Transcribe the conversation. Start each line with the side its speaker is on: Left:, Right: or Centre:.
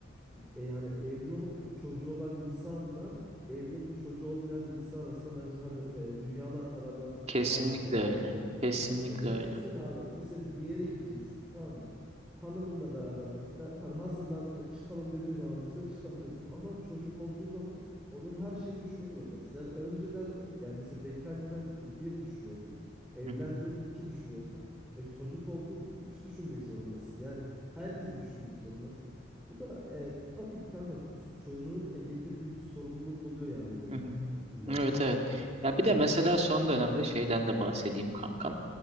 Centre: e, yani evli olup çocuğu olan insanla evli olup çocuğu olmayan insan arasında bence hani, e, dünyalar kadar ben
Right: Kesinlikle
Centre: fark olduğunu
Right: öyle.
Centre: düşünüyorum.
Right: Kesinlikle
Centre: Ya çünkü düşünsene
Right: öyle.
Centre: abi mesela bir yere gideceksin tamam mı? Hanımınla beraber mesela hani hazırlan e, çıkalım dediğin zaman mesela çıkabiliyorsun. Ama çocuk olduğu zaman onun her şeyini düşünmek zorundasın. Yani önceden e, yani mesela bekarken e, bir düşünüyordun. Evlendin
Right: Hı hı.
Centre: iki düşünüyorsun. E, çocuk oldu üç düşünmek zorundasın. Yani herkesi düşünmek zorundasın. Bu da e, tabii ki kanka çocuğun e, getirdiği bir sorumluluk oluyor yani üzerinde.
Right: Hı hı.
Centre: İlla
Right: Evet
Centre: ki.
Right: evet. Ya
Centre: Oluyor.
Right: bir de mesela son dönemde şeyden de bahsedeyim kankam.